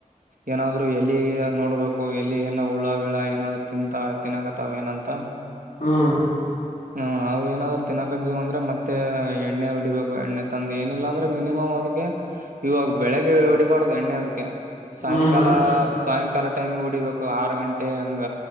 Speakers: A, on the right; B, on the left.
A: ಏನಾದ್ರು ಎಲ್ಲಿ ನೋಡ್ಬೇಕು ಎಲ್ಲಿ ಏನ ಉುಳ್ಳ ಗಿಳ ಏನಾದ ತಿಂತ ತಿನ್ಕತ್ತಾವ ಏನಂತ
B: ಹ್ಮ
A: ಹ್ಮ ಅವು ಏನಾದ್ರು ತಿನ್ನಾಕತವಿ ಅಂದ್ರೆ ಮತ್ತೆ ಎಣ್ಣೆ ಹೊಡಿಬೇಕು ಎಣ್ಣೆ ತಂದು ಏನಿಲ್ಲ ಅಂದ್ರೆ ಮಿನಿಮಮ್ ಅದಕ್ಕೆ.... ಇವಾಗ ಬೆಳಗ್ ಹೊಡಿಬಾರ್ದು ಎಣ್ಣೆ ಅದಕ್ಕೆ ಸಾಯಂಕಾಲ
B: ಹ್ಮ್ ಅಂದ್ರ
A: ಸಾಯಂಕಾಲ ಟೈಮಿ ಹೋಡಿಬೇಕು ಆರು ಗಂಟೆ ಹಂಗ